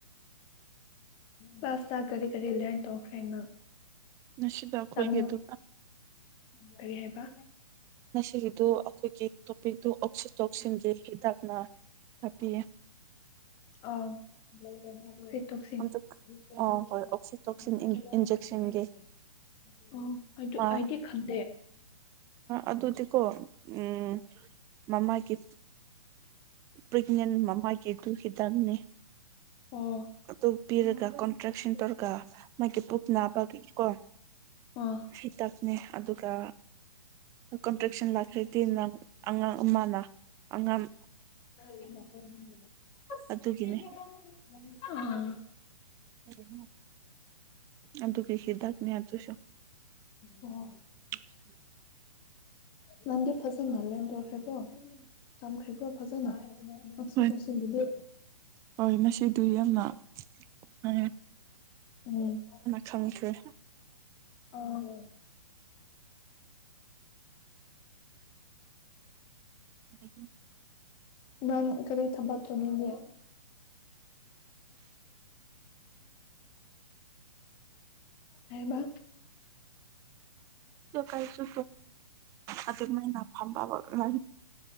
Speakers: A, on the left (about 25°); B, on the right (about 15°).
A: ꯄꯥꯁ ꯇꯥ ꯀꯔꯤ ꯀꯔꯤ ꯂ ꯇꯣꯛꯈ꯭ꯔꯦꯅ
B: ꯉꯁꯤꯗꯣ ꯑꯩꯈꯣꯏꯒꯤꯗꯨ
A: ꯇꯃꯤꯜ ꯎ ꯀꯔꯤ ꯍꯥꯏꯕ
B: ꯉꯁꯤꯒꯤꯗꯨ ꯑꯩꯈꯣꯏꯒꯤ ꯇꯣꯄꯤꯛꯇꯣ ꯑꯣꯛꯁꯤꯟ ꯇꯣꯛꯁꯤꯟꯒꯤ ꯍꯤꯗꯥꯛꯅ ꯇꯥꯛꯄꯤꯌꯦ
A: ꯑꯥ <unintelligible>
B: ꯑꯝꯇ ꯑꯣ ꯍꯣꯏ ꯑꯣꯛꯁꯤꯇꯣꯛꯁꯤꯟ ꯏꯟꯖꯦꯛꯁꯟꯒꯤ
A: ꯑꯣ
B: ꯃꯥ
A: ꯑꯩꯗꯤ ꯈꯪꯗꯦ
B: ꯑꯗꯨꯗꯤꯀꯣ ꯎꯝ ꯃꯃꯥꯒꯤ ꯄ꯭ꯔꯦꯒꯅꯦꯟ ꯃꯃꯥꯒꯤ ꯑꯗꯨ ꯍꯤꯇꯪꯅꯤ
A: ꯑꯣ
B: ꯑꯗꯨ ꯄꯤꯔꯒ ꯀꯣꯟꯇ꯭ꯔꯦꯛꯁꯟ ꯇꯧꯔꯒ ꯃꯥꯒꯤ ꯄꯨꯛ ꯅꯥꯕꯒꯤꯀꯣ
A: ꯑꯥ
B: ꯍꯤꯇꯥꯛꯅꯦ ꯑꯗꯨꯒ ꯀꯣꯟꯇ꯭ꯔꯦꯛꯁꯟ ꯂꯥꯛꯈ꯭ꯔꯗꯤ ꯅꯪ ꯑꯉꯥꯡ ꯑꯃꯅ ꯑꯉꯝ
A: <unintelligible>
B: ꯑꯗꯨꯒꯤꯅꯦ
A: ꯑꯥ
B: ꯍꯅ ꯑꯗꯨ ꯀꯩ ꯍꯗ ꯅ ꯑꯗꯨ ꯁ
A: ꯑꯣ
B: <unintelligible>
A: ꯅꯗꯤ ꯐꯖꯅ ꯃꯥꯜꯂ ꯇꯧꯈ꯭ꯔꯦꯀꯣ ꯇꯝꯈ꯭ꯔꯦꯀꯣ ꯐꯖꯅ ꯇꯛꯁꯤ
B: ꯍ
A: ꯇꯧꯁꯤꯟꯒꯤꯗꯤ
B: ꯍꯣꯏ ꯑꯗꯨ ꯌꯥꯝꯅ ꯍꯥꯏꯌꯦꯦ
A: ꯎꯝ
B: ꯈꯪꯈ꯭ꯔꯦ
A: ꯑꯥ
B: ꯎꯝ
A: ꯅꯥꯟ ꯀꯔꯤ ꯊꯝꯕꯥꯅꯤꯡꯦ ꯑꯣ ꯍꯥꯏꯕ
B: ꯀꯥꯏꯁꯨ ꯑꯗ ꯃ ꯅꯐꯝꯕ ꯂ